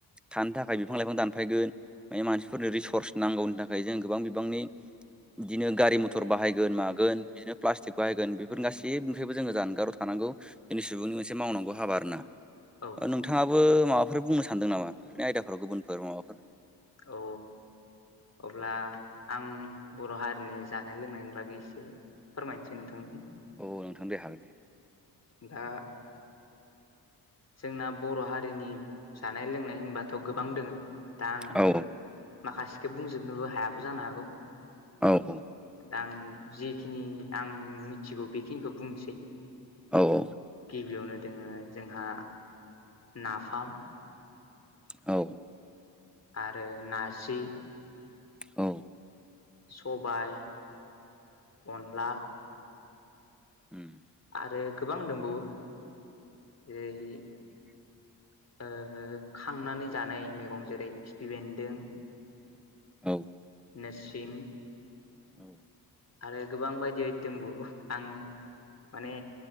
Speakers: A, in the centre; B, on the left (about 40°).
A: थानो थाखाय बिफां लाइफां दानफायगोन माने मानसिफोरनो रिसर्स नांगौनि थाखाय जों गोबां बिबांनि बिदिनो गारि मथर बाहायगोन मागोन बिदिनो प्लास्टिक बाहायगोन बेफोर गासिबनिफ्रायबो जोङो जानगाराव थानांगौ जोंनि सुबुंनि मोनसे मावनांगौ हाबा आरोना
B: औ
A: ओ
B: नंगौ
A: नोंथाङाबो
B: नोंथां
A: माबाफोर बुंनो सानदों नामा बेफोरनि आयदाफोराव गुबुनफोर माबाफोर
B: औ अब्ला आं बर' हारिनि जानाय लोंनायनि बागै एसे फोरमायनोसै नोंथांनिसिम
A: औ औ नोंथां दे हागोन दे
B: दा जोंना बर' हारिनि जानाय लोंनाय होनबाथ' गोबां दोङो दा आं
A: औ
B: माखासेखौ बुंजोबनोबो हायाबो जानो हागौ
A: औ औ
B: दा आं जेखिनि आं मिथिगौ बेखिनिखौ बुंनोसै
A: औ औ
B: गिबियावनो दोङो जोंहा नाफाम
A: औ
B: आरो नाजि
A: औ
B: सबाय अनला।
A: उम्म
B: आरो गोबां दंबावो जेरै।
A: <unintelligible>
B: ओ खांनानै जानाय मैगं जेरै खिफि बेन्दों।
A: औ
B: नोसिं
A: औ।
B: आरो गोबां बायदि बायदि दंबावो आं। माने